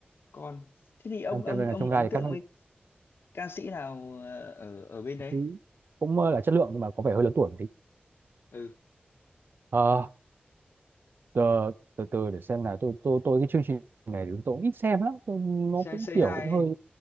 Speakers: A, on the left; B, on the right.
A: còn thế thì ông
B: anh trai
A: ông
B: về nhà
A: ông
B: trong gai
A: ấn
B: thì
A: tượng
B: các nghệ
A: với ca sĩ nào ờ, ở ở bên đấy
B: sĩ cũng ờ, là chất lượng nhưng mà có vẻ hơi lớn tuổi một tí
A: ừ
B: Ờ, Ờ, từ từ để xem nào tôi tôi tôi cái chương trình này thì tôi cũng ít xem lắm tôi,
A: anh
B: nó
A: trai
B: cũng
A: C2
B: kiểu cũng hơi
A: ấy